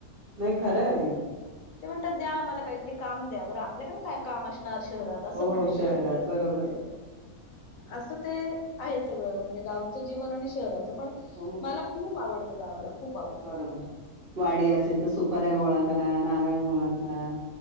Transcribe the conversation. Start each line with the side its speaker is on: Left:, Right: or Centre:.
Right: नाही खरं
Left: ते म्हणतात द्या मला काहीतरी काम द्या बरं आपल्याकडे काय काम अस शहरात
Right: हो
Left: अस पण आहे ना
Right: शहरात बरोबर आहे.
Left: अस ते आहे सगळं म्हणजे गावचं जीवन आणि शहराचं पण
Right: हो.
Left: मला खूप आवडतं गावाला खूप आवडतं.
Right: बरोबर वाडी असेल तर सुपऱ्या गोळाकाररा नारायण गोळाकाररा